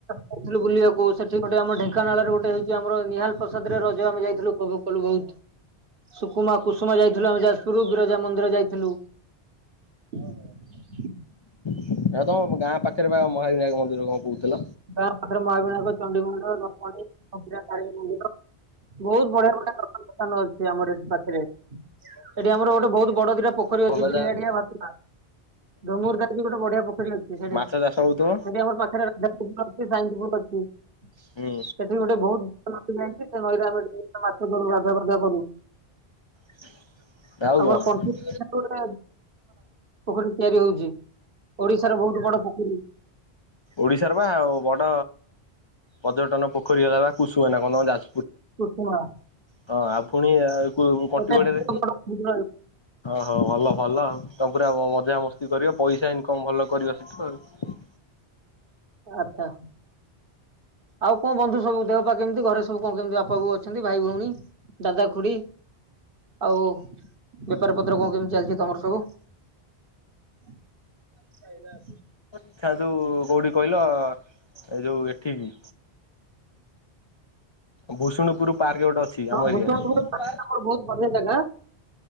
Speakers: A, on the right; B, on the left.
A: ଯାଇଥିଲୁ ବୁଲିବାକୁ ସେଠି ଗୋଟେ ଆମ ଢେଙ୍କାନାଳରେ ଗୋଟେ ହେଉଛି ଆମର ନିହାଲ ପ୍ରାସା ଦରେ ରଜ ଆମ ଯାଇଥିଲୁ ଉପଭୋଗ କଲୁ ବହୁତ ସୁକୁମା କୁସୁମା ଯାଇଥିଲୁ ଆମେ ଯାଜପୁରରୁ ବିରଜା ମନ୍ଦିର ଯାଇଥିଲୁ। ହଁ ହଁ
B: ଏହା ତମ ଗାଁ ପାଖରେ ବା ମହାବିନାୟକ ମନ୍ଦିର କଣ? କହୁଥିଲ?
A: ଗାଁ ପାଖରେ ମହାବିନାୟକ, ଚଣ୍ଡୀମନ୍ଦିର, ଦର୍ପଣୀ <unintelligible> ବହୁତ ବଢିଆ ବଢିଆ ଦର୍ଶନିଅ ସ୍ଥାନ ଅଛି ଆମର ଏଠି ପାଖରେ, ଏଠି ଆମର ଗୋଟେ ବହୁତ ବଡ ଦିଟା ପୋଖରୀ
B: ଭଲ
A: ଅଛି ବିଡିଆଡିଆ
B: ଜାଗାରେ
A: ଭାତୁ ଧୁମୁରା ଗୋଟେ ବଢିଆ ପୋଖରୀ ଅଛି ସେଠି,
B: ମାଛ ଚାଷ ହଉଥିବ
A: ସେଠି ଆମ ପାଖରେ <unintelligible> ସେଠି
B: ହୁଁ
A: ଗୋଟେ ବହୁତ ନଇ ଯାଇଛି, ସେ ନଈରେ ଆମେ ମାଛ ଧରୁ ଗାଧୁଆ ପାଧୁଆ କରୁ। <inaudible>
B: <unintelligible>
A: ଆମର କଣ୍ଟିଲୋ ଗୋଟେ ପୋଖରୀ ତିଆରି ହଉଛି, ଓଡିଶାର ବହୁତ ବଡ ପୋଖରୀ।
B: ଓଡିଶାର ବା ଆଉ ବଡ ପର୍ଯ୍ୟଟନ ପୋଖରୀ ହେଲା ବା କୁଶୁଅ ନା କଣ ଯାଜ
A: କୁସୁମା
B: ହଁ ଆଉ ପୁଣି କଟିଗଡରେ
A: ଏଟା ଦ୍ୱିତୀୟ ବଡ ପୋଖରୀ
B: ହଉ ଭଲ ଭଲ, ଆଉ ତମ ପୁରା ମଜାମସ୍ତି କରିବ ପଇସା ଇନକମ୍ ଭଲ କରିବ ସେଠୁ ଆଉ
A: ଆଛା ଆଉ କଣ ବନ୍ଧୁ ସବୁ ଦେହ ପା କେମିତି? ଘରେ ସବୁ କଣ କେମିତି? ବାପା ବୋଉ ଅଛନ୍ତି ଭାଇ ଭଉଣୀ ଦାଦା ଖୁଡି ଆଉ ବେପାର ପତ୍ର କଣ କେମିତି ଚାଲିଛି ତମର ସବୁ? <unintelligible>
B: ଯାଇଥାନ୍ତୁ କୋଉଠିକି କହିଲ? ଏ ଯୋଉ ଏଠିକି ଭୂଷୁଣୁପୁର ପାର୍କ ଗୋଟେ ଅଛି
A: ହଁ
B: ଆମ ଏରିଆରେ
A: ଭୂଷଣ
B: ବହୁତ
A: ଆମର ବହୁତ ବଢିଆ ଜାଗା